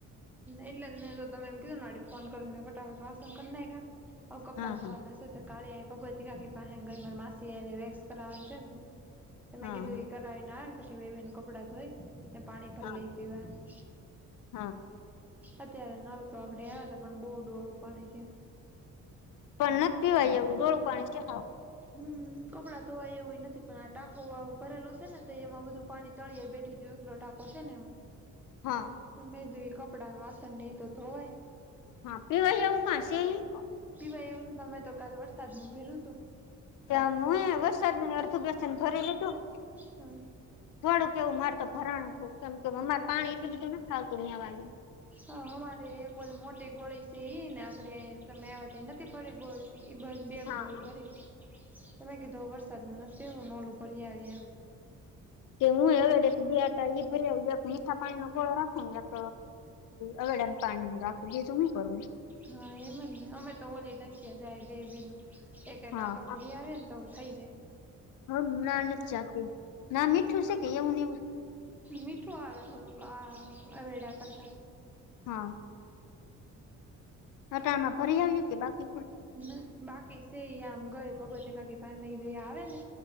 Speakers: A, in the centre; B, on the left (about 85°).
A: એટલે મે કીધું તમે એમ કીધું ફોન કરીં ફટાફટ વાસન કર નાયખા હવે કપડા
B: હા
A: ધોવાના
B: હા
A: તે કાલે અહીં ભગવતી કાકી પાસે ગઈ માર માસી હરે મારે વેક્સ કરાવા તે ત
B: હા
A: મેં કીધું
B: હા.
A: એ કરાવીનેને પછી મેંબી નું કપડાં ધોય ને પાણી ભર
B: હા
A: લઈ પીવાનું.
B: હા
A: અત્યારે નળ તો આગળે આવ્યા હતા પણ બહુ ડોહળુ પાણી છે.
B: પણ નથ પીવાય એવું ડોળુ પાણી કે હાવ
A: હમ કપડાં ધોવાય એવું ય નથી પણ આ ટાકો ભરેલો છે ને તો એમાં બધું પાણી તળિ જાય બેથી જેવી પેલો ટાકો છે ને એમાં.
B: હા
A: તમે મેં કીધું કપડા ન વાસણ એ તો ધોવાય
B: હા પીવાય આવું ક્યાં સે એ.
A: પીવાય એવું નથી અમે તો કાલ વરસાદ નું પીધું હતુ
B: ત્યાં નું હે વરસાદની અર્ધવ્યસન ભરી લીધું.
A: હ
B: થોડું કેવું મારે તો ભરણું હતું કેમ કે અમારે પાણી એટલું બધું નથ આવતું મેવાનું.
A: હા અમારે એક ઓલી મોટી ગોળી છે ઈ ને આડી તમે આવ તો નથી પડી ગોળી. એ બસ બે
B: હા
A: ગોળી
B: હા
A: ભરી તમે કીધો વરસાદનું નથીું નોલું ભરી આવી એમ
B: કે હું એ હવે <inaudible> મીઠા પાણી નો ગોળો રાખો ને એક અવેડાનું પાણી રાખ બીજુ તો હું કરું
A: હા એમ જ ને અમે તો ઓલી ઘંટી જાય બે બેનું. એક એક
B: હા
A: આંટો ભરી આવે ને તો થઈ જાય.
B: હમ ના નથી જાતી ના મીઠું છે કે એવું ને એવ
A: મીઠું આવે થોડું આ અવેડા કરતા.
B: હા ઘટામાં ભરી આવ્યું કે બાકી કોઈ
A: ના બાકી સે આમ એ આમ ગયો ભગવતે કાકી પાહે આવે ને